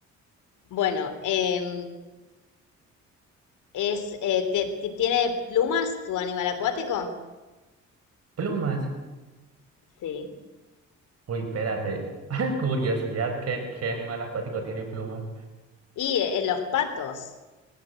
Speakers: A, on the left (about 80°); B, on the right (about 55°).
A: Bueno, em, es, eh, te- te- ¿tiene plumas tu animal acuático?
B: Plumas.
A: Sí.
B: Uy, espérate. <laughs> Curiosidad, ¿qué, qué animal acuático tiene plumas?
A: Y eh, los patos.